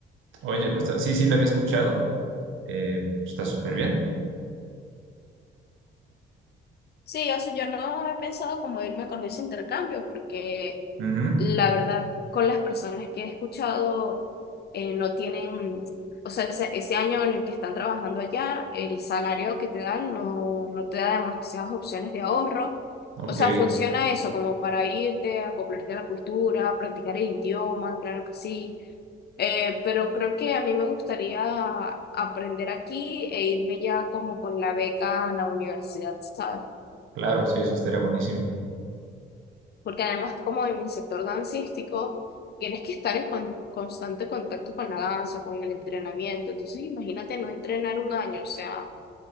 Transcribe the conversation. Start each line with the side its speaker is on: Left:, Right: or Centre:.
Right: Oye, pues está- sí, sí, la había escuchado. eh, pues, está súper bien.
Left: Sí, o sea, yo no he pensado como irme con ese intercambio porque
Right: Ujú.
Left: La verdad, con las personas que he escuchado, eh, no tienen, o sea, ese, ese año en el que están trabajando allá, el salario que te dan no, no te da demasiadas opciones de ahorro.
Right: Ok,
Left: O sea, funciona eso como para irte, acoplarte a la cultura, practicar el idioma, claro que sí. Eh, pero creo que a mí me gustaría aprender aquí e irme ya como con la beca a la universidad, ¿sabes?
Right: claro, sí, eso estaría buenísimo.
Left: porque además como en mi sector dancístico, tienes que estar en con- constante contacto con la danza, con el entrenamiento. Entonces, imagínate no entrenar un año, o sea,